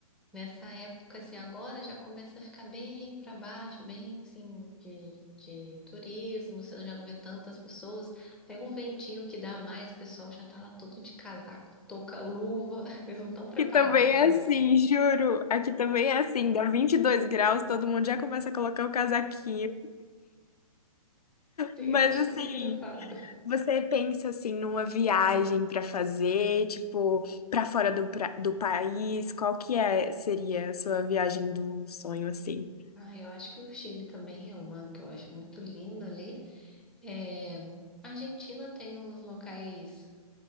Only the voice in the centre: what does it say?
Nessa época, assim, agora já começa a ficar bem para baixo, bem, assim, de, de turismo, você já não vê tantas pessoas. Aí um ventinho que dá a mais, o pessoal já tá lá todo de casaco, touca, luva. <laughs> Eles não estão preparados
para
isso.
Sim,
eu acho
muito engraçado.
Ah, eu acho que o Chile também é uma que eu acho muito linda ali. É, a Argentina tem uns locais